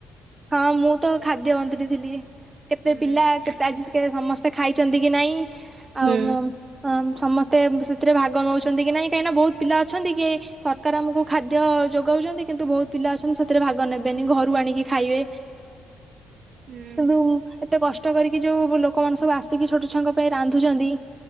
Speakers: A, on the right; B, on the right.
A: ହଁ ମୁଁ ତ ଖାଦ୍ୟ ମନ୍ତ୍ରୀ ଥିଲି କେତେ
B: ହୁଁ
A: ପିଲା କେତ୍ ତାଜୀସ୍କେ ସମସ୍ତେ ଖାଇଛନ୍ତି କି ନାଇଁ,
B: ହୁଁ
A: ଆଉ ମୁଁ ହଁ ସମସ୍ତେ ସେଥିରେ ଭାଗ ନଉଛନ୍ତି କି ନାଇଁ, କାହିଁକିନା ବହୁତ୍ ପିଲା ଅଛନ୍ତି କି ସ ରକାର ଆମୁକୁ ଖାଦ୍ୟ ଯୋଗାଉଛନ୍ତି କିନ୍ତୁ ବୋହୁତ ପିଲା ଅଛନ୍ତି ସେଥିରେ ଭାଗ ନେବେନି। ଘରୁ ଆଣି ଖାଇବେ।
B: ହୁଁ
A: କିନ୍ତୁ ଏତେ କଷ୍ଟ କରିକି ଯୋଉ ବୁ- ଲୋକମାନେ ସବୁ ଆସିକି ଛୋଟ ଛୁଆଙ୍କ ପାଇଁ ରାନ୍ଧୁଛନ୍ତି।